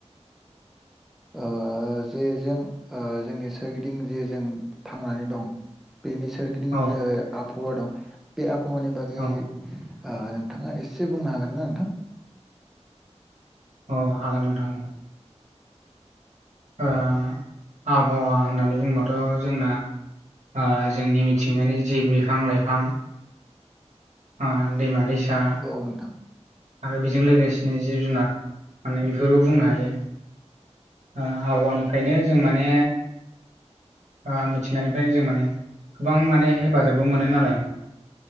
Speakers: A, in the centre; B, on the right (about 80°).
A: ओ जे जों ओ जोंनि सोरगिदिं जे जों थांनानै दं बेनि सोरगिदिं
B: औ
A: जे आबहावा दं बे आबहावानि बागै
B: औ
A: आ नोंथांङा एसे बुंनो हागोन ना नोंथां?
B: अ हागोन नोंथां औ। ओ आबहावा होननानै बुंबाथ' जोंना आ जोंनि मिथिंगानि जि बिफां लाइफां आ दैमा दैसा
A: औ नोंथां
B: आरो बेजों लोगोसेनो जिब जुनार माने। क्षंक्षंचज्ञ बुंनो हायो आ आबहावानिफ्रायनो जों माने आ मिथिंगानिफ्रायनो जों माने गोबां मानेर हेफाजाबबो मोनो नालाय